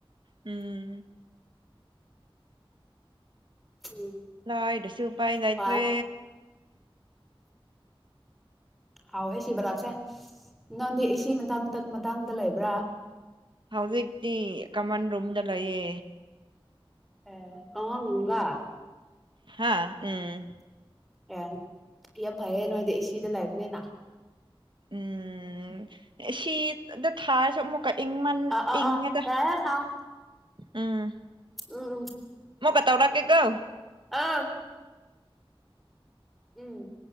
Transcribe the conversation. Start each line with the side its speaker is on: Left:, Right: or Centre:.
Right: ꯎꯝ꯫
Centre: ꯎꯝ
Right: ꯂꯥꯏꯗ ꯁꯨ ꯎꯄꯥꯏ ꯂꯩꯇ꯭ꯔꯦ
Centre: ꯈ꯭ꯋꯥꯟ ꯍꯥꯎꯍꯦ ꯁꯤ ꯕꯂꯥꯞꯁꯦ ꯅꯪꯗꯤ <unintelligible> ꯃꯇꯥꯡ ꯃꯇꯥꯡꯗ ꯂꯩꯕ꯭ꯔꯥ
Right: ꯍꯧꯖꯤꯛꯇꯤ ꯀꯃꯟ ꯔꯨꯝꯗ ꯂꯩꯌꯦ
Centre: ꯑꯦ ꯀꯉꯥ ꯂꯨꯡꯒꯥ
Right: ꯍꯥ ꯎꯝ
Centre: ꯑꯦ ꯌꯥꯝ ꯐꯩꯌꯦ ꯅꯣꯏꯗꯤ ꯑꯦꯁꯤꯗ ꯂꯩꯕꯅꯤꯅ
Right: ꯎꯝ ꯑꯦꯁꯤꯗ ꯊꯥꯔꯁꯨ ꯑꯃꯨꯛ ꯏꯪꯃꯟ
Centre: ꯑꯥ ꯑꯥ
Right: ꯏꯉꯤꯗ
Centre: ꯑꯥ ꯌꯥꯔꯦ ꯈꯥꯡ
Right: ꯎꯝ
Centre: ꯎꯝ ꯎꯝ
Right: ꯃꯨꯀ ꯇꯧꯔꯛꯀꯦꯀꯣ
Centre: ꯑꯥ ꯎꯝ